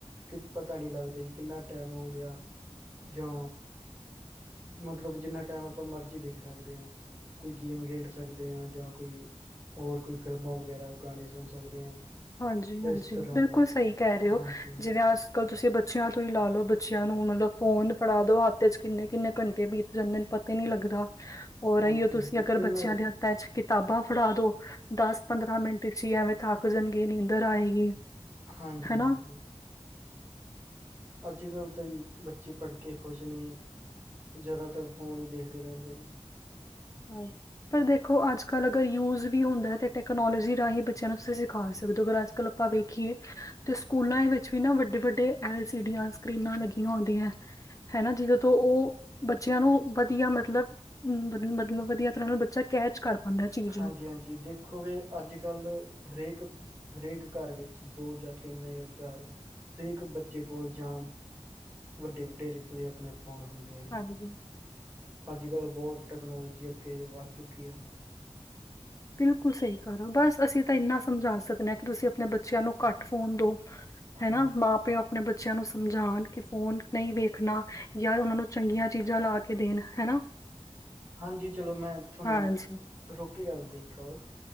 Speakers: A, on the right (about 20°); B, on the left (about 30°).
A: ਕਿ ਪਤਾ ਨਹੀਂ ਲੱਗਦਾ ਜੀ, ਕਿੰਨਾ ਟਾਈਮ ਹੋ ਗਿਆ, ਜਾਂ ਮਤਲਬ, ਜਿੰਨਾ ਟਾਈਮ ਆਪਾਂ ਮਰਜ਼ੀ ਦੇਖ ਸਕਦੇ ਹਾਂ। ਕੋਈ ਗੇਮ ਖੇਡ ਸਕਦੇ ਹਾਂ, ਜਾਂ ਕੋਈ ਹੋਰ ਕੋਈ, ਫਿਲਮਾਂ ਵਗੈਰਾ ਗਾਣੇ ਸੁਣ ਸਕਦੇ ਹਾਂ।
B: ਹਾਂਜੀ-ਹਾਂਜੀ,
A: ਇਸ ਤਰ੍ਹਾਂ
B: ਬਿਲਕੁਲ
A: ਦਾ
B: ਸਹੀ ਕਹਿ ਰਹੇ ਹੋ,
A: ਹਾਂਜੀ
B: ਜਿਵੇਂ ਕੱਲ ਤੁਸੀਂ ਬੱਚਿਆਂ ਤੋਂ ਹੀ ਲਾ ਲਓ, ਬੱਚਿਆਂ ਨੂੰ ਮਤਲਬ ਫੋਨ ਫੜਾ ਦੋ ਹੱਥ'ਚ, ਕਿੰਨੇ-ਕਿੰਨੇ ਘੰਟੇ ਬੀਤ ਜਾਂਦੇ ਨੇ ਪਤਾ ਹੀ ਨੀ ਲੱਗਦਾ ਔਰ
A: ਹਾਂਜੀ
B: ਇਹੀਓ
A: ਹਾਂਜੀ
B: ਤੁਸੀਂ ਅਗਰ
A: ਇਹਨਾ
B: ਬੱਚਿਆਂ
A: ਕੁ
B: ਦੇ ਚ ਕਿਤਾਬਾਂ ਫੜਾ ਦੋ ਦਸ ਪੰਦਰਾਂ ਮਿੰਟ ਵਿੱਚ ਹੀ ਐਵੇਂ ਥਾਕਜਨ ਗੇ ਨੀ ਇਧਰ ਆਏਗੀ
A: ਹਾਂਜੀ
B: ਹਨਾ?
A: ਹਾਂਜੀ ਅੱਜ ਕੱਲ੍ਹ ਤਾਂ ਜੀ ਬੱਚੇ ਪੜ੍ਹ ਕੇ ਖੁਸ਼ ਨਹੀਂ ਜ਼ਿਆਦਾਤਰ ਫੋਨ ਹੀ ਦੇਖਦੇ ਰਹਿੰਦੇ ਨੇ
B: ਹ ਪਰ ਦੇਖੋ ਅੱਜ ਕੱਲ੍ਹ ਅਗਰ ਯੂਜ਼ ਵੀ ਹੁੰਦਾ ਹੈ ਤਾਂ ਟੈਕਨੋਲੋਜੀ ਰਾਹੀਂ ਬੱਚਿਆਂ ਨੂੰ ਤੁਸੀਂ ਸਿਖਾ ਸਕਦੇ ਹੋ ਅਗਰ ਅੱਜ ਲ ਆਪਾਂ ਵੇਖੀਏ ਤੇ ਸਕੂਲਾਂ ਵਿੱਚ ਵੀ ਨਾ ਵੱਡੇ ਵੱਡੇ ਐਲ ਸੀ ਡੀਆਂ ਸਕਰੀਨਾਂ ਲੱਗੀਆਂ ਹੁੰਦੀਆਂ ਹਨਾ ਜਿਦਦੇ ਤੋਂ ਉਹ ਬੱਚਿਆਂ ਨੂੰ ਵਧੀਆ ਮਤਲਬ ਅ ਮਤ ਵਧੀਆ ਤਰ੍ਹਾਂ ਨਾਲ ਬੱਚਾ ਕੈਚ ਕਰ ਪਾਉਂਦਾ ਚੀਜ਼
A: ਹਾਂਜੀ
B: ਨੂੰ
A: ਹਾਂਜੀ ਦੇਖੋਗੇ ਅੱਜ ਕੱਲ੍ਹ ਹਰੇਕ ਹਰੇਕ ਘਰ ਵਿੱਚ ਦੋ ਜਾਂ ਤਿੰਨ ਜਾਂ ਚਾਰ ਹਰੇਕ ਬੱਚੇ ਕੋਲ ਜਾਂ ਵੱਡੇ ਵਡੇਰੇ ਕੋਲੇ ਆਪਣੇ ਫੋਨ ਹੁੰਦੇ ਨੇ
B: ਹਾਂਜੀ ਜੀ
A: ਅੱਜ ਕੱਲ੍ਹ ਬਹੁਤ ਟੈਕਨੋਲੋਜੀ ਅੱਗੇ ਵੱਧ ਚੁੱਕੀ ਆ
B: ਬਿਲਕੁਲ ਸਹੀ ਕਰੋ ਬਸ ਅਸੀਂ ਤਾਂ ਇੰਨਾ ਸਮਝਾ ਸਕਦੇ ਹਾਂ ਕਿ ਤੁਸੀਂ ਆਪਣੇ ਬੱਚਿਆਂ ਨੂੰ ਘੱਟ ਫੋਨ ਦੋ ਹਨਾ
A: ਹਾਂਜੀ
B: ਮਾਂ ਪਿਓ ਆਪਣੇ ਬੱਚਿਆਂ ਨੂੰ ਸਮਝਾਉਣ ਕਿ ਫੋਨ ਨਹੀਂ ਵੇਖਣਾ ਯ ਉਹਨਾਂ ਨੂੰ ਚੰਗੀਆਂ ਚੀਜ਼ਾਂ ਲਾ ਕੇ ਦੇਣ ਹਨਾ
A: ਹਾਂਜੀ ਚਲੋ ਮੈਂ ਤੁਹਾਨੂੰ
B: ਹਾਂਜੀ
A: ਰੁਕ ਕੇ ਕਰਦੀਈ ਕੋਾਲ